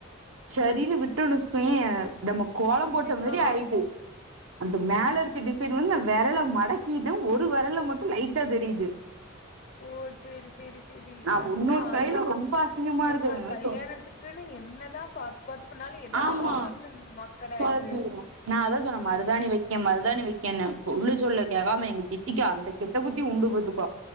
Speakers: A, on the right (about 70°); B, on the left (about 40°).
A: சரின்னு விட்டுனுச்சய்ய நம்ம கோளம்
B: இது
A: போட்ட மேரி
B: ஆ
A: ஆய்ட்டு அந்த மேல இருக்க டிசைன் வந்து நா வெரல மடக்கிட்டே ஒரு வெரல்ல மட்டு லைட்டா தெரியுது
B: ஓ செரி செரி செரி
A: நா
B: அதுதா
A: உன்னொரு
B: அது
A: கையில ரொம்ப அசிங்கமா
B: நம்ம
A: இருக்குதுங்க
B: கல்யாணத்துக்
A: சொ
B: க்குன்னு என்னதா பாத்து பாத்து பண்ணாலு எதாவ்து
A: ஆமா
B: ஒண்ணு மக்கராயிடுது
A: சொதப்பிரு நா அதா சொன்னே மருதாணி வக்கே மருதாணி வைக்கேன்னு சொல்ல சொல்ல கேக்காம எங்க சித்திக்கி அந்த கெட்ட புத்தி உண்டு பாத்துக்கோ